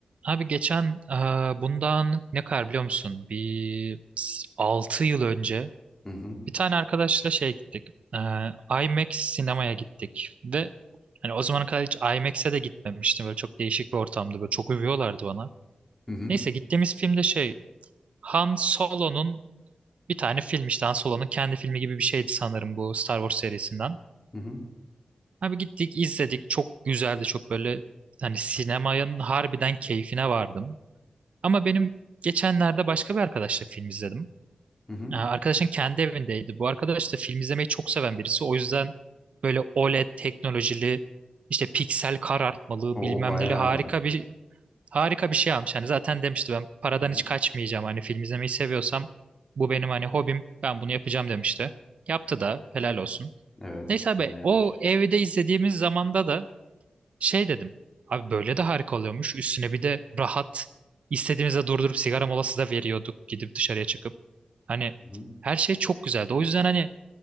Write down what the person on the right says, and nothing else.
Abi geçen e, bundan ne kadar biliyor musun? Bir 6 yıl önce
bir tane arkadaşla şeye gittik. E, IMAX sinemaya gittik. Ve hani o zamana kadar hiç IMAX'e de gitmemiştim. Böyle çok değişik bir ortamdı. Böyle çok övüyorlardı bana.
Neyse gittiğimiz film de şey Han Solo'nun bir tane film işte Han Solo'nun kendi filmi gibi bir şeydi sanırım bu Star Wars serisinden.
Abi gittik izledik. Çok güzeldi. Çok böyle hani sinemanın harbiden keyfine vardım. Ama benim geçenlerde başka bir arkadaşla film izledim.
Ee, Arkadaşın kendi evindeydi. Bu arkadaş da film izlemeyi çok seven birisi. O yüzden böyle OLED teknolojili işte piksel karartmalı
bilmem
neli harika bir harika bir şey almış. Hani zaten demişti ben paradan
hiç kaçmayacağım. Hani film izlemeyi seviyorsam bu benim hani hobim. Ben bunu yapacağım demişti. Yaptı da helal olsun.
Neyse abi
o evde izlediğimiz zamanda da şey dedim. Abi böyle de harika oluyormuş. Üstüne bir de rahat. istediğimizde durdurup sigara molası da veriyorduk gidip dışarıya çıkıp. Hani
her şey çok güzeldi. O yüzden hani